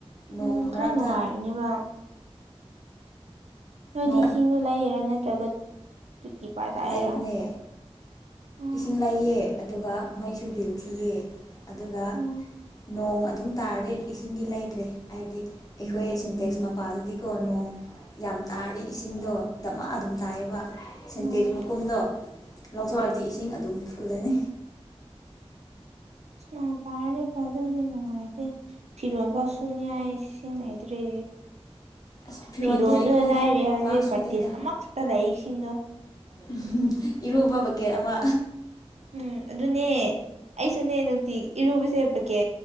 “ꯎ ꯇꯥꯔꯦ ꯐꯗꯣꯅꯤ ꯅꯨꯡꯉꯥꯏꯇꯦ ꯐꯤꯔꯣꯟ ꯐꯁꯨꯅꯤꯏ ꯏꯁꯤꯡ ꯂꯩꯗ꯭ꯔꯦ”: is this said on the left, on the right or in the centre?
Right